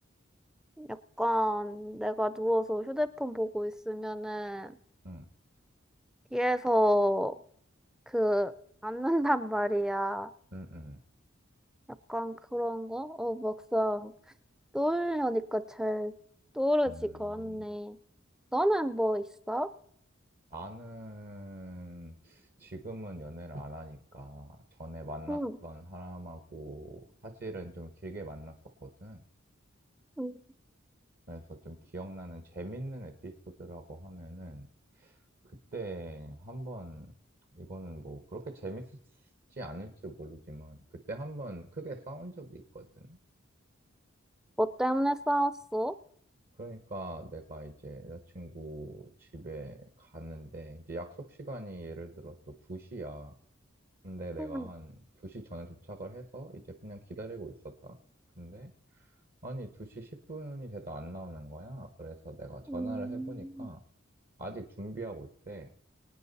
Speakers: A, in the centre; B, on the right.
A: 약간 내가 누워서 휴대폰 보고 있으면은
B: 응,
A: 뒤에서 그 앉는단 말이야.
B: 응, 응.
A: 약간 그런 거? 어, 막상 떠올려니까 잘 떠오르지가
B: 음,
A: 않네. 너는 뭐 있어?
B: 나는 지금은 연애를 안 하니까 전에 만났던
A: 응.
B: 사람하고 사실은 좀 길게 만났었거든.
A: 음.
B: 그래서 좀 기억나는 재밌는 에피소드라고 하면은 그때 한번 이거는 뭐 그렇게 재밌었지 않을지 모르지만 그때 한번 크게 싸운 적이 있거든.
A: 뭐 때문에 싸웠어?
B: 그러니까 내가 이제 여자친구 집에 갔는데 이제 약속 시간이 예를 들어서 2시야. 근데 내가
A: 음,
B: 한 2시 전에 도착을 해서 이제 그냥 기다리고 있었다. 근데 아니 2시 10분이 돼도 안 나오는 거야. 그래서 내가 전화를
A: 음,
B: 해보니까 아직 준비하고 있대.